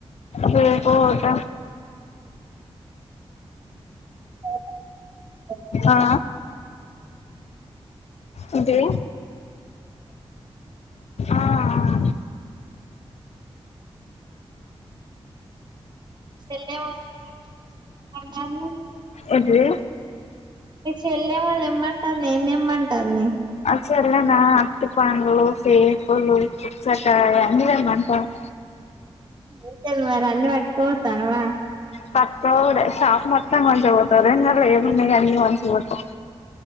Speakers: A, on the left; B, on the right.
A: రేపు పోత
B: అవునా
A: ఆ ఏంటిది అ ఆ
B: మీ చెల్లే ఏమో తెమ్మంటాది ఏమ్ తెమ్మంటాది
A: ఏంటిది
B: మీ చెల్లే ఏమో తెమ్మంటాది ఏమ్ తెమ్మంటాది
A: చెల్లే నా అరిటి పండ్లు సేపులు పుచ్చకాయ అన్నీ తెమ్మంటాది
B: ఇంకేంది మరి అన్ని పట్టుకపోతానవ
A: పట్క పోవుడే షాప్ మొత్తం కొంచపోత వరంగల్లుల ఏమున్న అన్నీ కొంచపోతం